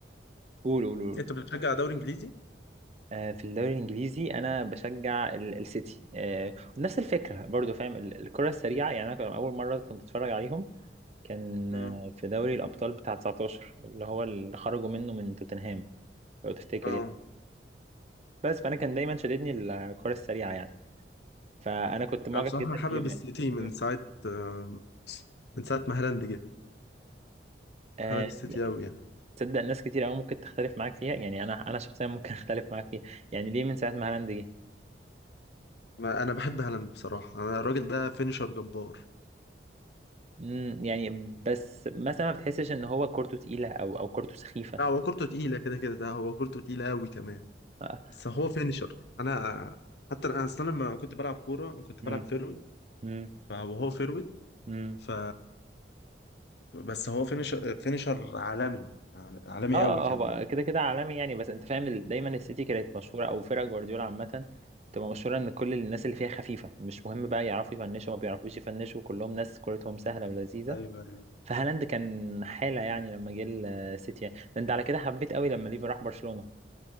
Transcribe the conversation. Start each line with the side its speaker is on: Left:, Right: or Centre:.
Right: قول قول قول
Left: انت بتشجع دوري انجليزي؟
Right: آه، في الدوري الانجليزي انا بشجع ال- السيتي آه، نفس الفكره برضو فاهم ال- الكره السريعه يعني انا كان اول مره كنت اتفرج عليهم كان
Left: مم.
Right: آه، في دوري الابطال بتاع 19 اللي هو اللي خرجوا منه من توتنهام لو تفتكر
Left: اه
Right: يعني بس فانا كان دايما شددني الكره السريعه يعني فانا كنت معجب
Left: انا بصراحة
Right: جدا
Left: حابب
Right: بيهم
Left: السيتي
Right: يعني مم.
Left: من ساعة آه، من ساعة ما هالاند جه
Right: آه،
Left: حابب السيتي أوي يعني
Right: تصدق ناس كتير قوي ممكن تختلف معاك فيها يعني انا انا شخصيا ممكن <laughs> اختلف معاك فيها يعني ليه من ساعه ما هالاند جه
Left: ما أنا بحب هالاند بصراحة أنا الراجل ده فينشر جبار
Right: امم يعني بس مثلا ما بتحسش ان هو كورته تقيله او او كورته سخيفه
Left: لا هو كورته تقيلة كده كده ده هو كورته تقيلة أوي كمان
Right: اه
Left: بس هو فينشر أنا حتى أنا أصلا لما كنت بلعب كورة كنت
Right: مم.
Left: بلعب فيرود
Right: مم.
Left: وهو فيرود
Right: مم.
Left: ف بس هو فينشر فينشر عالمي عالمي
Right: اه آه،
Left: أوي كمان
Right: هو كده كده عالمي يعني بس انت فاهم ال- دايما السيتي كانت مشهوره او فرق جوارديولا عامه تبقى مشهوره ان كل الناس اللي فيها خفيفه مش مهم بقى يعرفوا يفنشوا ما بيعرفوش يفنشوا كلهم ناس كورتهم سهله ولذيذه
Left: ايوه ايوه
Right: فهالاند كان حاله يعني لما جه السيتي يعني ده انت على كده حبيت قوي لما ليفا راح برشلونه